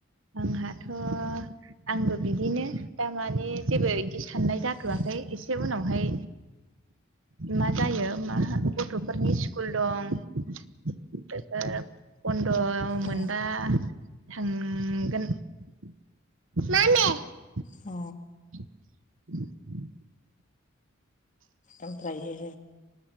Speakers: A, on the right (about 70°); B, on the left (about 40°).
A: आंहाथ' आंबो बिदिनो दामानि जेबो बिदि साननाय जाथ'आखै
B: अ
A: एसे उनावहाय मा जायो मा गथ'फोरनि स्कुल दं बेफोर बन द'' मोनबा
B: अ
A: थांगोन। <unintelligible>
B: अ
A: <inaudible>
B: ओमफ्रायो